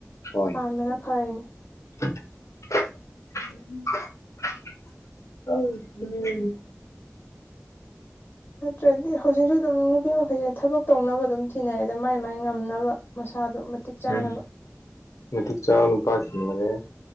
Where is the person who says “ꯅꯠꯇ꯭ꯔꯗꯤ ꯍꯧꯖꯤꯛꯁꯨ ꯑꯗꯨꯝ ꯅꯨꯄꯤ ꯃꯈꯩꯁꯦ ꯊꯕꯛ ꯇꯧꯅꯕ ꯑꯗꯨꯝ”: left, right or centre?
Left